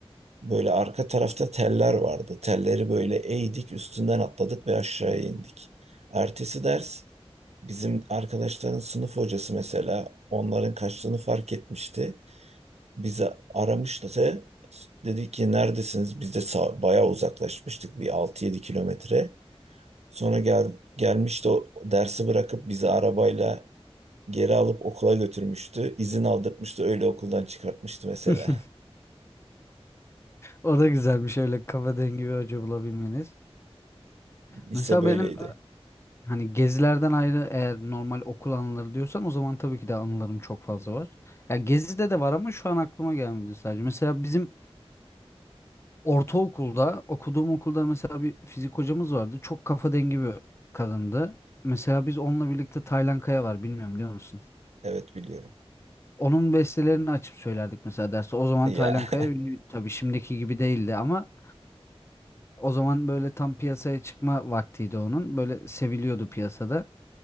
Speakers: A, on the right (about 90°); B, on the left (about 25°).
A: Böyle arka tarafta teller vardı. Telleri böyle eğdik, üstünden atladık ve aşağıya indik. Ertesi ders bizim arkadaşların sınıf hocası mesela onların kaçtığını fark etmişti. Bizi aramıştı da dedi ki neredesiniz? Biz de sağ, bayağı uzaklaşmıştık bir altı yedi kilometre. Sonra gel, gelmişti o dersi bırakıp bizi arabayla geri alıp okula götürmüştü. İzin aldırtmıştı öyle okuldan çıkartmıştı mesela.
B: <laughs> O da güzelmiş öyle kafa dengi bir hoca bulabilmeniz.
A: Lise
B: Mesela
A: böyleydi.
B: benim e, hani gezilerden ayrı eğer normal okul anıları diyorsan o zaman tabii ki de anılarım çok fazla var. Ya gezide de var ama şu an aklıma gelmedi sadece. Mesela bizim Ortaokulda okuduğum okulda mesela bir fizik hocamız vardı. Çok kafa dengi bir kadındı. Mesela biz onunla birlikte Taylan Kaya var bilmiyorum biliyor musun?
A: Evet biliyorum.
B: Onun bestelerini açıp söylerdik mesela derste. O zaman
A: Ya
B: Taylan Kaya ünlü tabii şimdiki gibi değildi ama o zaman böyle tam piyasaya çıkma vaktiydi onun. Böyle seviliyordu piyasada.